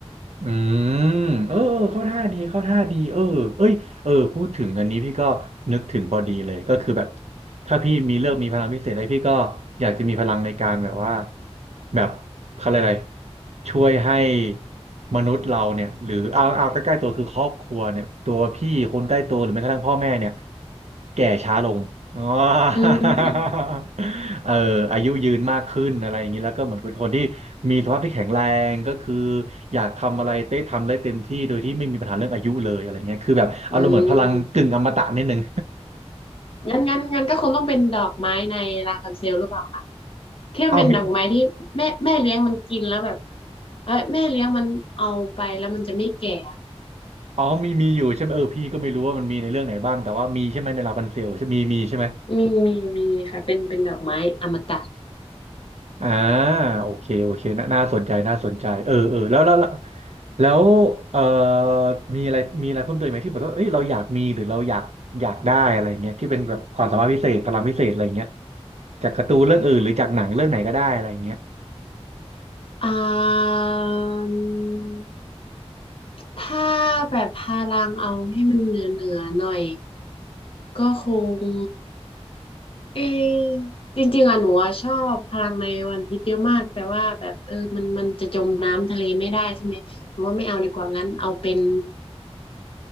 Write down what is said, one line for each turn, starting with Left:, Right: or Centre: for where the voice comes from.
Right: อืมเออเข้าท่าดีเข้าท่าดีเออเอ้ยเออพูดถึงอันนี้พี่ก็นึกถึงพอดีเลยก็คือแบบถ้าพี่มีเลือกมีพลังพิเศษอะไรพี่ก็อยากจะมีพลังในการแบบว่าแบบเขาเรียกอะไรช่วยให้มนุษย์เราเนี่ยหรือเอาเอาใกล้ๆตัวคือครอบครัวเนี่ยตัวพี่คนใกล้ตัวหรือแม้กระทั่งพ่อแม่เนี่ยแก่ช้าลง <laughs> อ๋อ
Left: อืม
Right: <laughs> เอออายุยืนมากขึ้นอะไรอย่างนี้แล้วก็เหมือนเป็นคนที่ มีสภาพที่แข็งแรงก็คืออยากทำอะไรเต้ทำได้เต็มที่โดยที่ไม่มีปัญหาเรื่องอายุเลยอะไรเงี้ยคือแบบอารมณ์เหมือนพลังกึ่งอมตะนิดนึง
Left: อืม งั้นงั้นงั้นก็คงต้องเป็นดอกไม้ในลาพันเซลหรือเปล่าคะ
Right: <laughs>
Left: ที่มันเป็นดอกไม้ที่แม่แม่เลี้ยงมันกินแล้วแบบ
Right: อ้าวมี
Left: เอ้ยแม่เลี้ยงมันเอาไปแล้วมันจะไม่แก่อะ
Right: อ๋อมีมีอยู่ใช่ไหมเออพี่ก็ไม่รู้ว่ามันมีในเรื่องไหนบ้างแต่ว่ามีใช่ไหมในลาพันเซลใช่มีมีใช่ไหม
Left: มีมีมีค่ะเป็นเป็นดอกไม้อมตะ
Right: อ่าโอเคโอเคน่าน่าสนใจน่าสนใจเออเออแล้วแล้วแล้วแล้วเอ่อมีอะไรมีอะไรเพิ่มเติมไหมที่แบบว่าเอ้ยเราอยากมีหรือเราอยากอยากได้อะไรเงี้ยที่เป็นแบบความสามารถพิเศษพลังพิเศษอะไรเงี้ยจากการ์ตูนเรื่องอื่นหรือจากหนังเรื่องไหนก็ได้อะไรเงี้ย
Left: <laughs> อ่ามถ้าแบบพลังเอาให้มันเหนือเหนือหน่อยก็คง เออจริงๆอะหนูอะชอบพลังในวันพีชเยอะมากแต่ว่าแบบเออมันมันจะจมน้ำทะเลไม่ได้ใช่ไหมหนูว่าไม่เอาดีกว่างั้นเอาเป็น